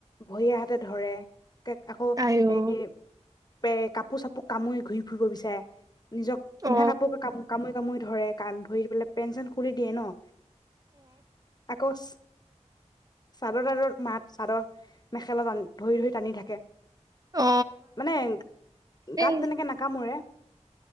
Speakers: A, on the left (about 35°); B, on the right (about 30°).
A: ভৰিয়ে হাতে ধৰে। <unintelligible> আকৌ,
B: আই অ
A: এই <unintelligible> কাপোৰ-চাপোৰ কামুৰি ঘূৰি ফুৰিব বিচাৰে। নিজক
B: অ
A: পিন্ধা কাপোকে কাম-কামুৰি কামুৰি ধৰে কান ধৰি পেলাই পেন-চেন খুলি দিয়ে ন। <unintelligible> চাদৰ-তাদৰ মাত চাদৰ মেখেলা-টান ধৰি-ধৰি টানি থাকে।
B: অ
A: মানে, গাত
B: এই
A: তেনেকে নাকামোৰে।